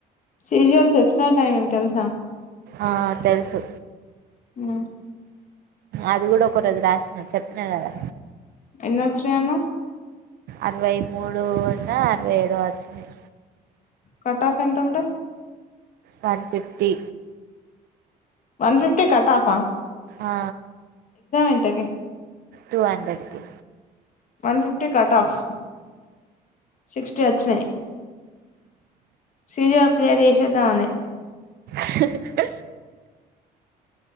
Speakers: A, on the left; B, on the right.
A: చేయాలి ఎకస్ట్రా టైమింగ్ తెల్సా
B: ఆ తెలుసు
A: ఉమ్
B: అది కూడా ఒక రోజు రాసిన చెప్పినా కదా
A: ఎన్ని వచ్చినయి అన్నవ్
B: అరవై మూడు ఉన్న అరవై ఏడో వచ్చినాయి
A: కటాఫ్ ఎంత ఉంటది
B: one fifty
A: one fifty cut off
B: ఆ
A: ఇంతకి
B: టూ హండ్రెడ్‌కి
A: one fifty cut off sixty వచ్చినాయి సిజర్ క్లియర్ చేసేద్దామనే
B: స